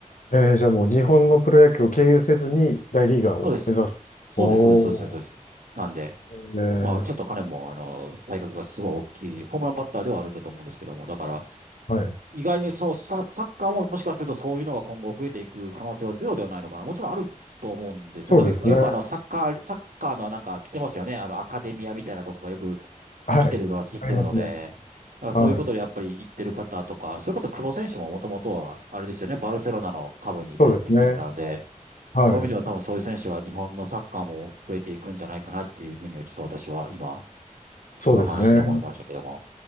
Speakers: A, on the left; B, on the right.
A: えー、じゃあもう日本のプロ野球を経由せずに大リーガーを目指す。
B: そうです。そうです、
A: おー、
B: そうです、そうです、そうです。そうですなんで、
A: えー、
B: まあ、ちょっと彼も、あの、体格がすごい大きい、ホームランバッターではあるんだと思うんですけども、だから、
A: はい。
B: 意外にそうサ、サッカーももしかするとそういうのが今後増えていく可能性はゼロではないのかな。もちろんあると思うんですね。
A: そうですね。
B: なんかよよくあの、サッカー、サッカーのなんか来てますよね。あの、アカデミアみたいなとこがよく
A: はい。
B: 来てるのは知ってるので、
A: ありますね。
B: だからそういうことでやっぱり言ってる方とか、
A: はい。
B: それこそ久保選手ももともとは、あれですよね、バルセロナの下部にいたって聞いてたんで、
A: そうですね。はい。
B: そういう意味では多分そういう選手が日本のサッカーも増えていくんじゃないかなっていうふうにはちょっと私は今
A: そうですね。
B: 今話して思いましたけども。